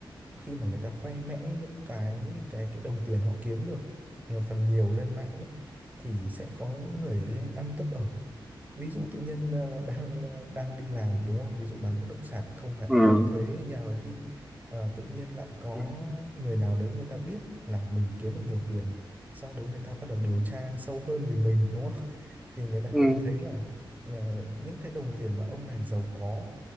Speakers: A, on the right; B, in the centre.
A: khi mà người ta khoe mẽ những cái cái cái đồng tiền họ kiếm được một phần nhiều lên mạng ấy thì sẽ có những người ghen ăn tức ở ví dụ tự nhiên ờ, đang ờ, đang đi làm đúng không ví dụ bán bất động sản không phải
B: ừ.
A: đóng thuế hay nhà rồi đi Ờ, tự nhiên lại có
B: ừ
A: người nào đấy người ta biết là mình kiếm được nhiều tiền sau đấy người ta bắt đầu điều tra sâu hơn về mình đúng không <laughs> thì người ta
B: ừ
A: lại thấy là ờ, những cái đồng tiền mà ông này giàu có